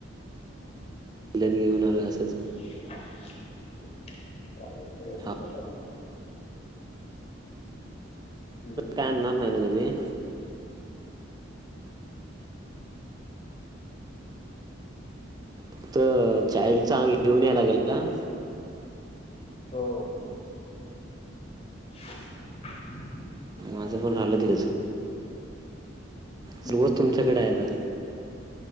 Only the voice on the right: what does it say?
घेऊन आलो आहे असंच.
हा
आणणार नाही ना तुम्ही? फक्त चाईल्डचा आग घेऊन याय लागेल ना?
माझे पण अडकलेच.
सर्वच तुमच्याकडे
आहे दा.